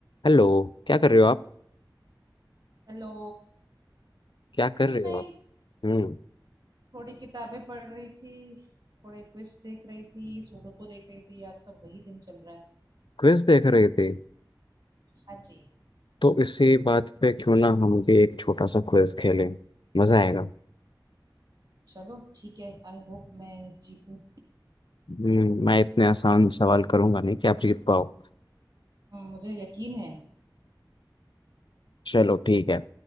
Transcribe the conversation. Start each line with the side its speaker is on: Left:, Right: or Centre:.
Left: Hello क्या कर रहे हो आप
Right: Hello
Left: क्या
Right: कुछ
Left: कर रहे हो
Right: नहीं
Left: आप हम्म
Right: थोड़ी किताबें पढ़ रही थी थोड़े क्विज देख रही थी सुडोकू देख रही थी आज सब वही दिन चल रहा है
Left: क्विज देख रहे थे
Right: हाँ जी
Left: तो इसी बात पे क्यों ना हम भी एक छोटा सा क्विज खेलें मजा आएगा
Right: चलो ठीक है आई होप मैं जीतूं
Left: हम्म मैं इतने आसान सवाल करूंगा नहीं कि आप जीत पाओ
Right: हम्म, मुझे यकीन है
Left: चलो ठीक है